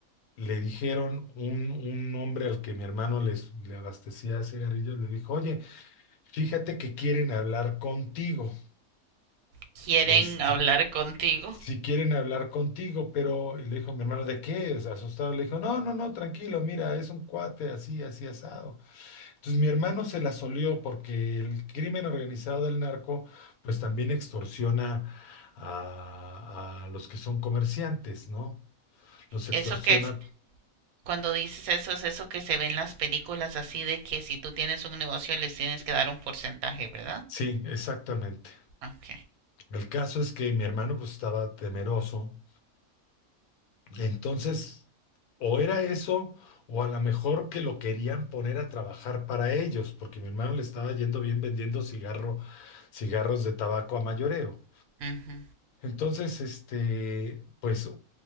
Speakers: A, on the left; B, on the right.
A: le dijeron un, un hombre al que mi hermano les, le abastecía cigarrillos, le dijo, oye, Fíjate que quieren hablar contigo.
B: Quieren
A: Este,
B: hablar contigo.
A: si quieren hablar contigo, pero y le dijo mi hermano, ¿de qué? O sea, asustado le dijo, no, no, no, tranquilo, mira, es un cuate así, así asado. Entonces mi hermano se la solió porque el crimen organizado del narco, pues también extorsiona a, a los que son comerciantes, ¿no? Los extorsiona.
B: Eso que es, cuando dices eso, es eso que se ve en las películas así de que si tú tienes un negocio les tienes que dar un porcentaje, ¿verdad?
A: Sí, exactamente.
B: Ok.
A: El caso es que mi hermano pues estaba temeroso Entonces, o era eso, o a lo mejor que lo querían poner a trabajar para ellos, porque mi hermano le estaba yendo bien vendiendo cigarro, cigarros de tabaco a mayoreo.
B: Ujú.
A: Entonces, este, pues